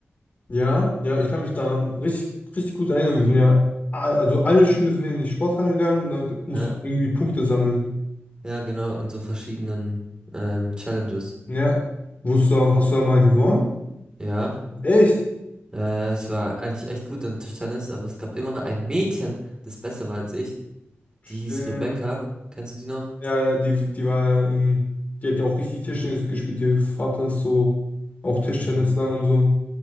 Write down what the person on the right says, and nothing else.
Ja,
ja genau, in so verschiedenen ähm, Challenges.
Ja.
Ja, ja, ich war eigentlich echt gut an Tischtennis, aber es gab immer ein Mädchen, das besser war als ich. Die
hieß Rebecca. Kennst du die noch?
Mhm.